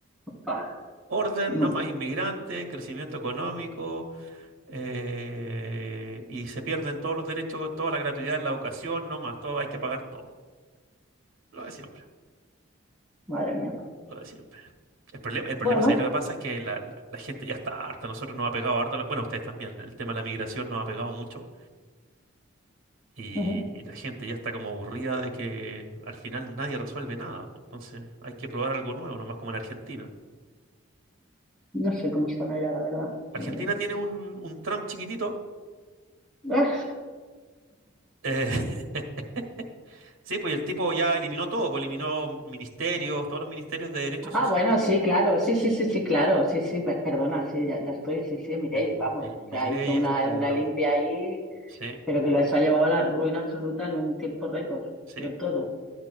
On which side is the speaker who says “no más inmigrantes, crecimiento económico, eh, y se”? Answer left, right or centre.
Right